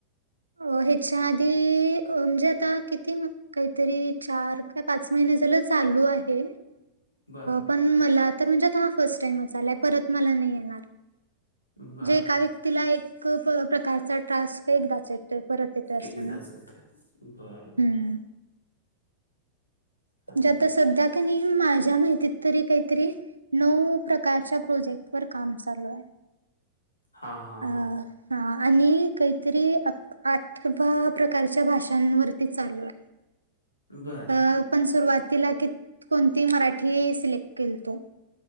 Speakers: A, on the right; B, on the left.
A: अ ह्याच्या आधी अ म्हणजे आता किती काहीतरी चार का पाच महिने झालं चालू आहे.
B: बर
A: पण मला तर म्हणजे हा फर्स्ट टाईमच आलाय परत मला नाही येणार
B: बर
A: जे एका व्यक्तीला एक प्रकारचा टास्क एकदाच येतोय परत येत असत
B: एकदाच
A: नाही
B: येतोय बर बर
A: हम्म
B: चालतंय
A: म्हणजे आता सध्या
B: की
A: क नयी माझ्या त्या माहितीत तरी काहीतरी नऊ प्रकारच्या प्रोजेक्ट वर काम चालू आहे
B: हा हा
A: अ
B: हा
A: हा आणि काहीतरी अक आठ भ प्रकारच्या भाषांवरती चालू आहे
B: बर
A: अ पण सुरुवातीला किती कोणती मराठी सिलेक्ट केलतो